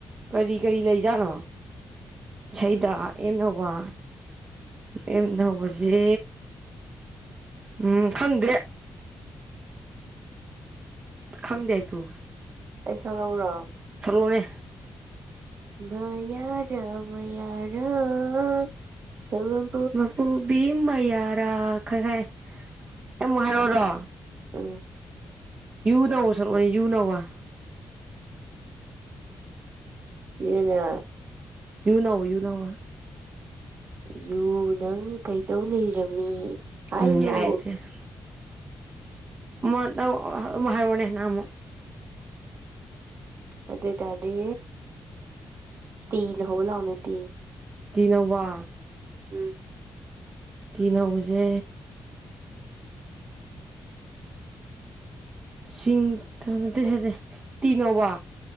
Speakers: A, on the right; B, on the right.
A: ꯀꯔꯤ ꯀꯔꯤ ꯂꯩꯖꯥꯠꯅꯣ ꯏꯁꯩꯗ ꯑꯦꯝꯅ ꯍꯧꯕ ꯑꯦꯝꯅ ꯍꯧꯕꯖꯤ ꯎꯝ ꯈꯪꯗ꯭ꯔꯦ ꯈꯪꯗꯦ ꯏꯇꯨ
B: ꯑꯩ ꯁꯛꯂꯛꯎꯔꯣ
A: ꯁꯛꯂꯛꯑꯣꯅꯦ
B: ꯃꯌꯥꯔꯥ ꯃꯌꯥꯔꯥ ꯁꯛꯂꯣꯟ
A: ꯃꯄꯨꯕꯤ ꯃꯌꯥꯔꯥ ꯈꯪꯉꯦ ꯈꯪꯉꯦ ꯑꯩ ꯑꯃꯨꯛ ꯍꯥꯏꯔꯣꯔꯣ
B: ꯎꯝ
A: ꯌꯨꯗꯧꯕ ꯁꯛꯂꯛꯑꯣꯅꯦ ꯌꯨ ꯅ ꯍꯧꯕ
B: ꯀꯤꯔꯦꯗꯥ
A: ꯌꯨꯅ ꯍꯧꯕ ꯌꯨꯅ ꯍꯧꯕ
B: ꯌꯨ ꯅꯪ ꯀꯩꯗꯧ ꯂꯩꯔꯝꯃꯤ ꯍꯥꯏꯌꯨ
A: ꯎꯝ ꯌꯥꯏ ꯑꯗꯨ ꯌꯥꯏ ꯎꯃꯠ ꯅꯪ ꯑꯃ ꯍꯥꯏꯔꯣꯅꯦ ꯅꯪ ꯑꯃꯨꯛ
B: ꯑꯗꯣꯏꯇꯥꯔꯗꯤ ꯇꯤꯅ ꯍꯧꯕ ꯂꯥꯎꯅꯦ ꯇꯤꯅ
A: ꯇꯤꯅ ꯍꯧꯕ
B: ꯎꯝ
A: ꯇꯤꯅ ꯍꯧꯕꯖꯦ ꯁꯤꯡ ꯇꯅꯠꯇꯦ ꯖꯥꯠꯇꯦ ꯇꯤꯅ ꯍꯧꯕ